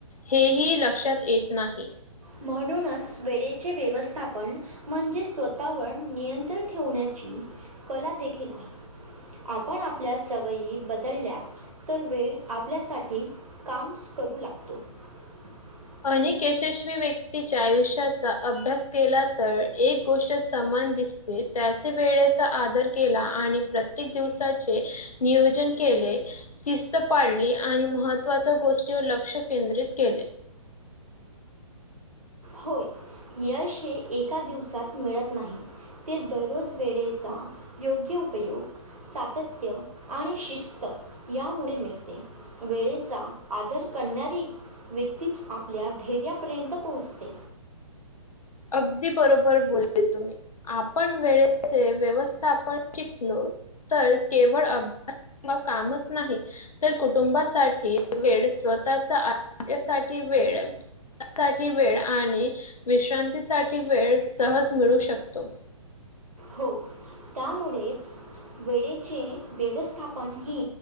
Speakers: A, on the left; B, on the right.
A: हेही लक्षात येत नाही.
B: म्हणूनच वेळेचे व्यवस्थापन म्हणजे स्वतःवर नियंत्रण ठेण्या कला देखील आहे आपण आपल्या सवयी बदलल्या तर वेळ आपल्यासाठी काम करू लागतो. <inaudible>
A: अनेक यशस्वी व्यक्तीच्या आयुष्याचा अभ्यास केला तर, एक गोष्ट समान दिस त्याच वेळेचा आदर केला आणि प्रत्येक दिवसाचे नियोजन केले. शिस्त पाळली आणि महत्त्वाच्या गोष्टीवर लक्ष केंद्रित केले.
B: होय, यश हे एका दिवसात मिळत नाही. ते दररोज वेळेचा योग्य उपयोग सातत्य आणि शिस्त यामुळे मिळते. वेळेचा आदर करणारी व्यक्तीच आपल्या धैर्यापर्यंत पोहोचते.
A: अगदी बरोबर बोलले तुम्ही आपण वेळेचे व्यवस्था आपण शिकलो. तर केवळ अभ्यास किंवा कामच नाही तर कुटुंबासाठी वेळ स्वतःच्या आरोग्यासाठी वेळ साठी वेळ आणि विश्रांतीसाठी वेळ सहज मिळू शकतो.
B: हो. त्यामुळेच वेळेचे व्यवस्थापन हे